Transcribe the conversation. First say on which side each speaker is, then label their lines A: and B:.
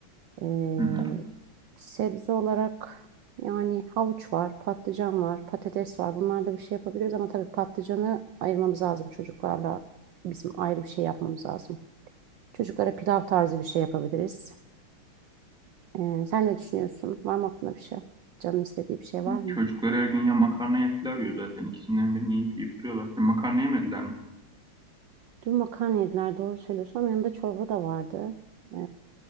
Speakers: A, on the right; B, in the centre.
A: Ee,
B: Hı hı.
A: sebze olarak yani havuç var, patlıcan var, patates var. Bunlarla bir şey yapabiliriz ama tabii patlıcanı ayırmamız lazım çocuklarla. Bizim ayrı bir şey yapmamız lazım. Çocuklara pilav tarzı bir şey yapabiliriz. Ee, sen ne düşünüyorsun? Var mı aklında bir şey? Canın istediği bir şey var mı?
B: Çocuklar her gün ya makarna ya pilav yiyor zaten. İkisinden birini yiyip yiyip duruyorlar. Ya makarna yemediler mi?
A: Dün makarna yediler doğru söylüyorsun ama yanında çorba da vardı. Ee,